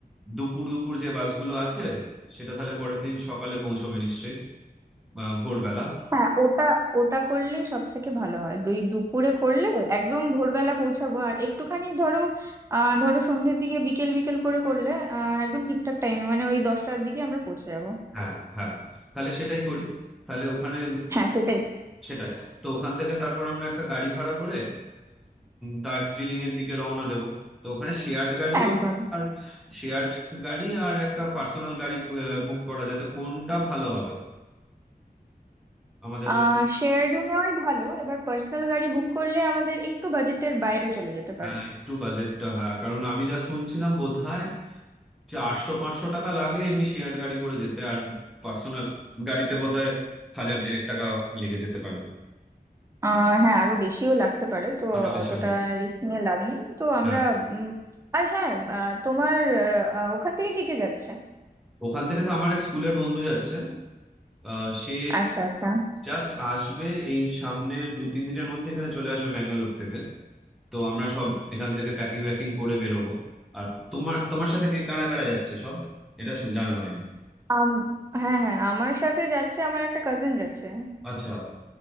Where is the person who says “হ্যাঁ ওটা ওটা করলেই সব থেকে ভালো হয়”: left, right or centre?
Right